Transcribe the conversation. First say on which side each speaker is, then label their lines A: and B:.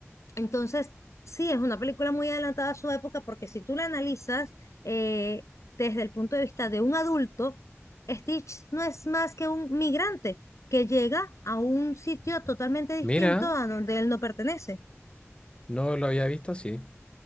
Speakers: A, on the left; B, on the left.
A: entonces, sí, es una película muy adelantada a su época porque si tú la analizas eh, desde el punto de vista de un adulto, Stitch no es más que un migrante que llega a un sitio totalmente distinto
B: Mira,
A: a donde él no pertenece.
B: no lo había visto así.